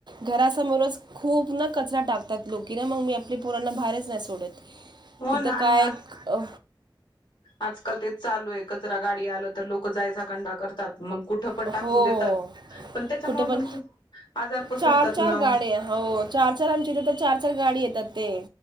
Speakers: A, on the right; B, on the left.
A: घरासमोरच खूप ना कचरा टाकतात लोक की ना मग मी आपल्या पोरांना बाहेरच नाही सोडत.
B: हो
A: तिथं
B: ना आणि
A: काय
B: आज
A: अ
B: आजकाल तेच चालू आहे, कचरा गाडी आलं तर लोक जायचा कंटाळा करतात. मग कुठं पण
A: हो
B: टाकून
A: हो,
B: देतात पण त्याच्यामुळे
A: कुठे पण
B: खूप आजार पसरतात
A: चार चार
B: ना
A: गाड
B: ओ
A: हो चार चार आमची येते तर चार चार गाडी येतात ते